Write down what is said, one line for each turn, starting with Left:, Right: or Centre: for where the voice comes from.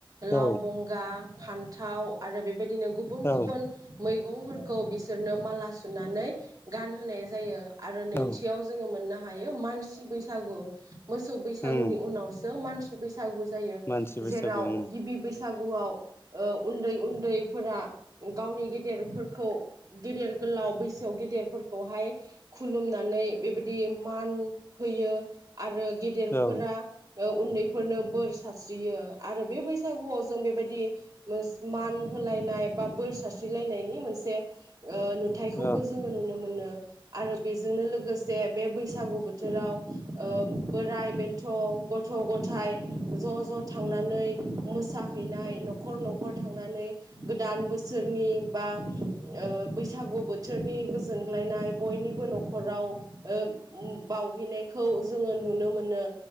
Left: औ
Right: लाव बंगा फान्थाव आरो बे बेबायदिनो गुबुन
Left: औ
Right: गुबुन मैगंफोरखौ बिसोरनो माला सुनानै गानहोनाय जायो। आरो नैथियाव
Left: औ
Right: जोङो मोननो हायो मानसि सि बैसागु मोसौ बैसागुनि
Left: उम
Right: उनाव मानसि बैसागु जायो
Left: मानसि बैसागु
Right: जेराव
Left: ओं
Right: गिबि बैसागुआव ओ उन्दै उन्दैफोरा गावनि गेदेरफोरखौ गेदेर गोलाव बैसोआव गेदेरफोरखौहाय खुलुमनानै बेबायदि मान होयो आरो गेदेरफोरा
Left: औ
Right: बेफोरनो बोर सारस्रियो आरो बे बैस बैसागुआव जों बेबायदि मान होलायनाय बा बोर सारस्रिलायनायनि मोनसे ओ नुथायखौबो
Left: औ
Right: जोङो नुनो मोनो। आरो बेजोंनो लोगोसे बे बैसागु बोथ बोथोराव ओ बोराय बेन्थ' गथ गथ' गथाइ ज' ज' थांनानै मोसाहैनाय नखर नख नखर थांनानै गोदान बोसोरनि बा ओ बैसागु बोथोरनि गोजोनग्लायनाय बयनिबो नखर खराव ओ ओम बावहैनायख खौ जोङो नुनो मोनो